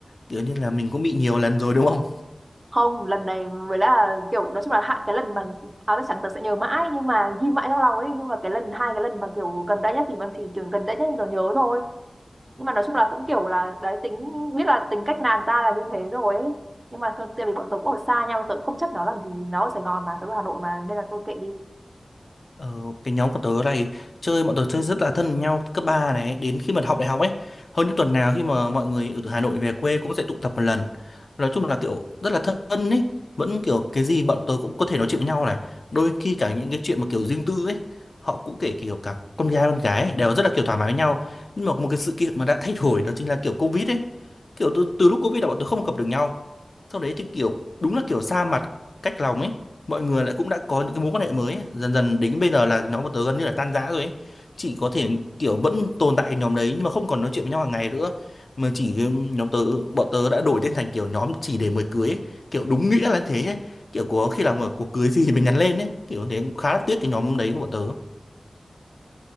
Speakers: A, on the left; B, on the right.
A: kiểu như là mình cũng bị nhiều lần rồi đúng không
B: không lần này mới là kiểu nói chung là hại cái lần mà áo chắc chắn tớ sẽ nhớ mãi nhưng mà ghi mãi trong lòng ấy nhưng mà cái lần hai cái lần mà kiểu gần đây nhất thì vẫn thì kiểu gần đây nhất tớ nhớ thôi nhưng mà nói chung là cũng kiểu là đấy tính biết là tính cách nàng ta là như thế rồi ấy nhưng mà thôi, tại vì bọn tớ cũng ở xa nhau tớ cũng không chấp nó làm gì nó ở Sài Gòn mà tớ ở Hà Nội mà nên là thôi kệ đi
A: Ờ, cái nhóm của tớ này chơi bọn tớ chơi rất là thân với nhau từ cấp 3 này đến khi mà học đại học ấy hơn những tuần nào khi mà mọi người ở từ Hà Nội về quê cũng sẽ tụ tập một lần nói chung là kiểu rất là thân ấy vẫn kiểu cái gì bọn tớ cũng có thể nói chuyện với nhau này đôi khi cả những cái chuyện mà kiểu riêng tư ấy họ cũng kể kiểu cả con gái con gái ấy, đều rất là kiểu thoải mái với nhau nhưng mà có một cái sự kiện mà đã thay đổi đó chính là kiểu Covid ấy kiểu từ, từ lúc Covid là bọn tôi không gặp được nhau sau đấy thì kiểu đúng là kiểu xa mặt cách lòng ấy mọi người lại cũng đã có những cái mối quan hệ mới ấy. dần dần đến bây giờ là nhóm bọn tớ gần như là tan rã rồi ấy chỉ có thể kiểu vẫn tồn tại cái nhóm đấy nhưng mà không còn nói chuyện với nhau hàng ngày nữa mà chỉ nhóm tớ bọn tớ đã đổi tên thành kiểu nhóm chỉ để mời cưới ấy. kiểu đúng nghĩa là thế ấy. kiểu có khi là một cuộc cưới gì mình nhắn lên ấy kiểu thế khá là tiếc cái nhóm đấy của bọn tớ